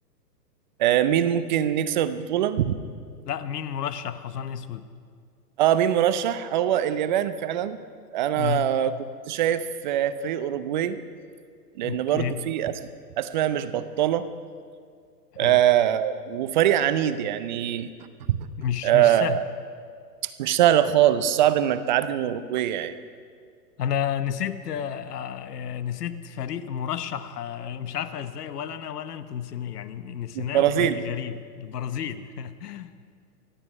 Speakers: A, on the right (about 30°); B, on the left (about 70°).
A: آه، مين ممكن يكسب البطولة؟
B: لا مين مرشح حصان اسود
A: اه مين مرشح؟ هو اليابان فعلا انا
B: امم
A: كنت شايف آه، فريق اوروجواي لان
B: اوكي
A: برضو في أس- اسماء مش بطالة
B: حلو
A: آه وفريق عنيد يعني
B: مش
A: آه
B: مش سهل
A: مش سهل خالص صعب انك تعدي من الاوروجواي يعني
B: انا نسيت آه، آه، نسيت فريق مرشح آه، مش عارفه ازاي ولا انا ولا انت نسيناه يعني نسيناه
A: البرازيل
B: وفريق غريب البرازيل <laughs>